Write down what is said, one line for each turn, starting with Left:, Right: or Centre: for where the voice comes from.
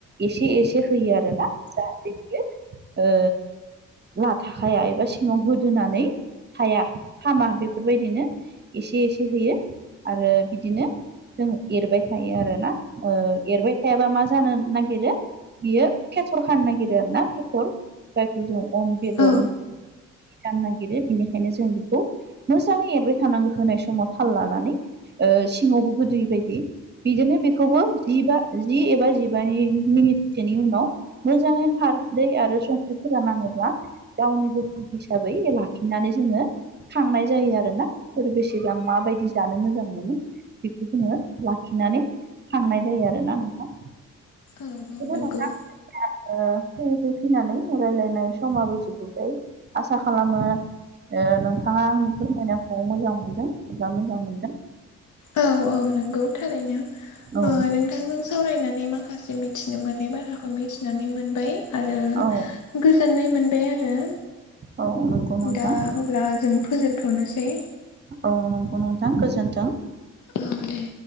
Right: एसे एसे होयो आरो ना जाहाथे बियो ओ लाथाखाया एबा सिङाव गोदोनानै थाया खामा बेफोरबायदिनो एसे एसे होयो आरो बिदिनो जों एरबाय थायो आरोना ओ एरबाय थायाबा मा जानो नागिरो बियो फेथर खानो नागिरो आरो ना फेथर जायखौ जों अन बेदर
Left: औ
Right: जानो नागिरो बिनिखायनो जों बेखौ मोजाङै एरबाय थानांगो होनाय समाव थाल लानानै ओ सिङावबो गोदोयि बायदि बिजोंनो बे खौबो जिबा जि एबा जिबानि मिनिटसोनि उनाव मोजांङै खारदै आरो संख्रिफोरा नांङोब्ला गावनि जखा हिसाबै लाखिनानै जोंङो खांनाय जायो आरोना सोर बेसेबां माबायदि जानो मोजां मोनो बेखौ जोंङो लाखिनानै खांनाय जायो आरोना नोंथां
Left: औ औ
Right: बिदिनो
Left: नंगौ
Right: ओ फैयै फैयै फैनानै रायलायनाय समाबो जोबबोय आसा खालामो ओ नोंथांङा आंनि फोरमायनायखौ मोजां मोनदों एबा मोजां मोनगोन
Left: औ औ नोंगौ थारैनो ओ
Right: औ
Left: नों नोंथांजों सावरायनानै माखासे मिथिनो मोनै बाथ्राखौ मिथिनानै मोनबाय आरो
Right: औ
Left: गोजोननाय मोनबाय आरो
Right: औ नंगौ नोंथां
Left: दा अब्ला जों फोजोबथ'नोसै
Right: औ नंगौ नोंथां गोजोन्थों।
Left: औ दे